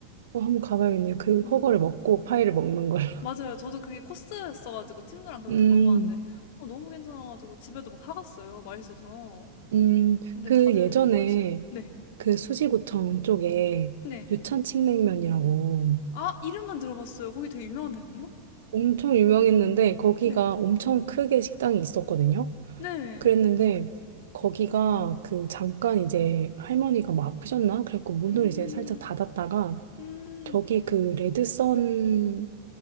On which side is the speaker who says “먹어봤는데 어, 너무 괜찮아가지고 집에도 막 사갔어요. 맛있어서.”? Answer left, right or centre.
Left